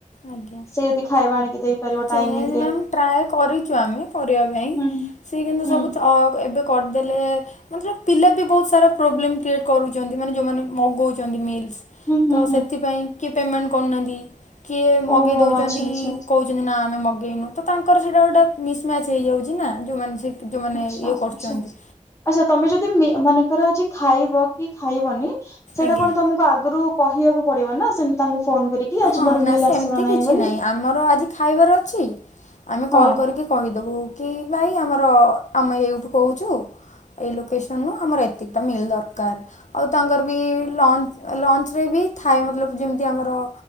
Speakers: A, on the left (about 65°); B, on the left (about 20°).
A: ଆଜ୍ଞା।
B: ସେ ଯଦି ଖାଇବା ଆଣିକି ଦେଇପାରିବ
A: ଚେଞ୍ଜ
B: ଟାଇମିଂ ରେ
A: ମ୍ୟାମ ଟ୍ରାଏ କରିଛୁ ଆମେ କରିବା ପାଇଁ
B: ହୁଁ
A: ସେ କିନ୍ତୁ
B: ହୁଁ
A: ସବୁତକ ଅ ଏବେ କରିଦେଲେ ମତଲବ୍ ପିଲା ବି ବହୁତ ସାରା ପ୍ରୋବ୍ଲେମ୍ କ୍ରିଏଟ୍ କରୁଛନ୍ତି ମାନେ ଯୋଉମାନେ ମଗଉଛନ୍ତି ମିଲ୍
B: ହୁଁ ହୁଁ
A: ତ
B: ହୁଁ
A: ସେଥିପାଇଁ କିଏ ପେମେଣ୍ଟ କରୁନାହାନ୍ତି କିଏ ମଗେଇ
B: ଓହୋ
A: ଦଉଛନ୍ତି
B: ଆଚ୍ଛା ଆଚ୍ଛା
A: କହୁଛନ୍ତି ନା ଆମେ ମଗେଇନୁ ତ ତାଙ୍କର ସେଇଟା ଗୋଟେ ମିସମ୍ୟାଚ ହେଇଯାଉଛି ନା ଯୋଉମାନେ ସେ ଯୋଉମାନେ
B: ଆଚ୍ଛା
A: ଇଏ କରୁଚନ୍ତି।
B: ଆଚ୍ଛା ଆଚ୍ଛା ତମେ ଯଦି ମି ମନେକର ଆଜି ଖାଇବ କି ଖାଇବନି ସେଇଟା
A: ଆଜ୍ଞା
B: କଣ ତମକୁ ଆଗରୁ କହିବାକୁ ପଡିବ ନା ସେମତି ତାଙ୍କୁ ଫୋନ କରିକି ଆଜି
A: ହଁ
B: ମୋର
A: ନା
B: ମିଲ୍
A: ସେମିତି
B: ଆସିବ
A: କିଛି
B: ବୋଲି
A: ନାହିଁ ଆମର ଆଜି ଖାଇବାର ଅଛି ଆମେ
B: ହଁ
A: କଲ୍ କରିକି କହିଦବୁ କି ଭାଇ କି ଆମର ଆମେ ଏଇଠୁ କହୁଛୁ ଏଇ ଲୋକେସନରୁ ଆମର ଏତିକିଟା ମିଲ୍ ଦରକାର। ଆଉ ତାଙ୍କର ବି ଲଞ୍ଚ ଲଞ୍ଚରେ ବି ଥାଏ ମତଲବ ଯେମିତି ଆମର